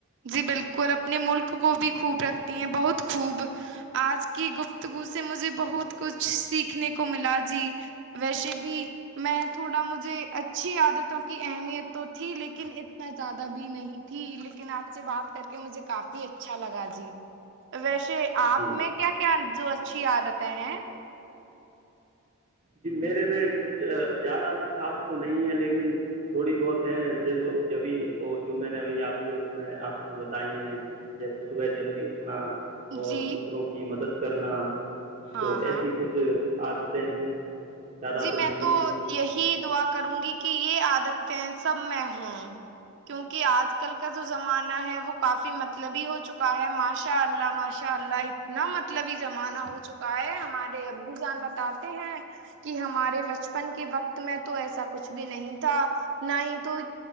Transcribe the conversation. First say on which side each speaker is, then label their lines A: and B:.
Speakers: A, on the right; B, on the right.
A: جی بالکل اپنے ملک کو بھی خوب رکھتی ہیں بہت خوب آج کی گفتگو سے مجھے بہت کچھ سیکھنے کو ملا جی ویسے بھی میں تھوڑا مجھے اچھی عادتوں کی اہمیت تو تھی لیکن اتنا زیادہ بھی نہیں تھی لیکن آ سے بات کر کے مجھے کافی اچھا لگا جی ویش آپ
B: جی
A: میں کیا کیا جو اچھی عادتیں ہیں
B: جی میرے میں کچھ زیادہ تو خاص تو نہیں ہے لیکن تھوڑی بہت ہیں جیسو جبھی وہ جو میں نے ابھی آپ کو اس میں آپ کو بتائی ہیں جیسے صبح جلدی اٹھنا اور
A: جی
B: دوسروں کی مدد کرنا
A: ہاں
B: تو
A: ہاں
B: ایسی کچھ آتے ہیں زیادہ
A: جی میں
B: نہیں
A: تو
B: ہیں
A: یہی دعا کروں گی کہ یہ آج ہیں سب میں ہوں کیونکہ آج کل کا جو زمانہ ہے وہ کافی مطلبی ہو چکا ہے ماشاء اللہ ماشاء اللہ اتنا مطلبی زمانہ ہو چکا ہے ہمارے ابو جان بتاتے ہیں کہ ہمارے بچپن کے وقت میں تو ایسا کچھ بھی نہیں تھا نہ ہی تو